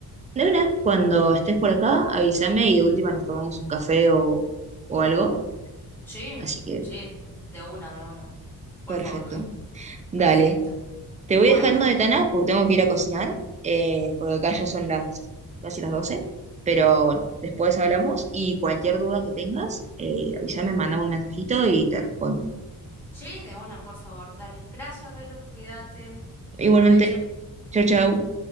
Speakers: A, on the right; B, in the centre.
A: De una, cuando estés por acá, avísame y de última nos tomamos un café o, o algo.
B: Sí,
A: Así que
B: sí, de una, de una. Por
A: Perfecto.
B: favor. <laughs>
A: Dale,
B: Perfecto.
A: Te voy
B: Bueno,
A: dejando de Tana porque tengo que ir a cocinar, eh, porque acá ya son las casi las doce, Pero bueno, después hablamos y cualquier duda que tengas, eh, avísame, mandame un mensajito y te respondo.
B: sí, de una, por favor. Dale. Gracias, Belu, cuídate.
A: Igualmente,
B: Provecho.
A: chau, chau.